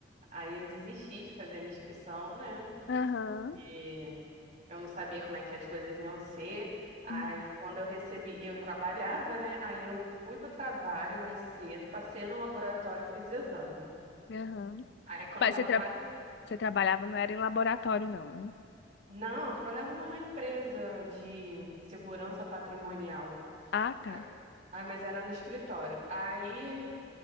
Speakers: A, on the right (about 45°); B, on the left (about 65°).
A: aí eu desisti de fazer a minha inscrição, né?
B: Aham.
A: Porque eu não sabia como é que as coisas iam ser. Aí
B: Hum,
A: quando eu recebi, eu trabalhava, né? Aí eu fui pro trabalho mais cedo, passei no laboratório, fiz exame.
B: Aham.
A: Aí quando
B: Mas
A: eu tava
B: você, tra-
A: quase.
B: você trabalhava, não era em laboratório, não, né?
A: Não, eu trabalhava numa empresa de segurança patrimonial.
B: Ah,
A: Ah,
B: tá.
A: ah, mas era no escritório. Aí